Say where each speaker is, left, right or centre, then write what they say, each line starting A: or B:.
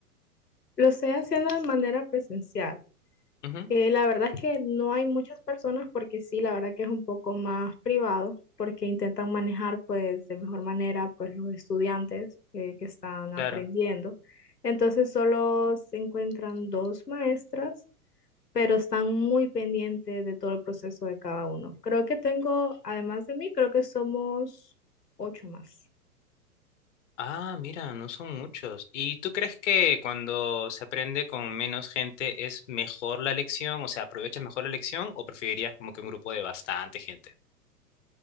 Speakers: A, on the left; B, on the left.
A: Lo estoy haciendo de manera presencial.
B: Ujú,
A: Eh, la verdad es que no hay muchas personas porque sí, la verdad que es un poco más privado porque intentan manejar pues de mejor manera pues los estudiantes eh, que están aprendiendo.
B: claro.
A: Entonces solo se encuentran dos maestras, pero están muy pendientes de todo el proceso de cada uno. Creo que tengo, además de mí, creo que somos ocho más.
B: Ah, mira, no son muchos. ¿Y tú crees que cuando se aprende con menos gente es mejor la lección? O sea, ¿aprovechas mejor la lección o preferirías como que un grupo de bastante gente?